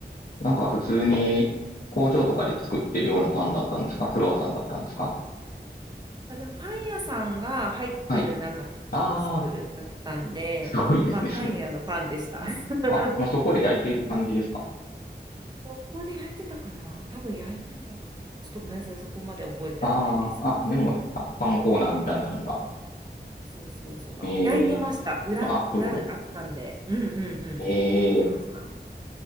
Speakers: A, on the left; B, on the right.
A: なんか普通に工場とかで作ってるようなパンだったんですかクロワッサンだったんですか
B: まあ、でもパン屋さんが入ってるなんかキオスクだったんで、
A: はい。ああ、すごいですね。
B: まあパン屋のパンでした。<laughs>
A: あ、もうそこで焼いている感じですか。
B: そこで焼いてたかな多分焼いてたかなちょっとごめんなさい、そこまで覚えてないですけど。
A: ああ、あ、でも、あパンコーナーみたいなのが。
B: そうそうそう。あ、
A: ええ
B: 焼いてました。裏、
A: あ、
B: 裏あったんで。
A: すごい。
B: うんうんうん。
A: ええ
B: 焼いてましたね。